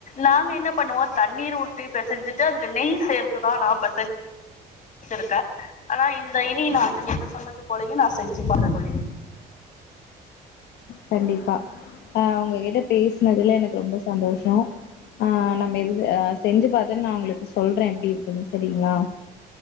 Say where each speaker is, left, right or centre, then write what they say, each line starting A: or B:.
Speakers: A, on the left; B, on the left.
A: நாங்க என்ன பண்ணுவோ தண்ணீர் ஊத்தி பேசஞ்சிட்டு அதுல நெய் சேர்த்துதான் நா பெசன்ஞ் செஞ்சிருக்கேன் ஆனா இந்த இனி நாங்க நீங்க சொன்னது போலயும் நான் செஞ்சி <unintelligible> போலி
B: கண்டிப்பா ஆ உங்ககிட்ட பேசினதுல எனக்க ரொம்ப சந்தோஷம் ஆ நம்ம <unintelligible> அ செஞ்சு பாத்தன்னு நான் உங்ளுக்கு சொல்றேன் எப்டி இருக்குன்னு சரி டிங்ளா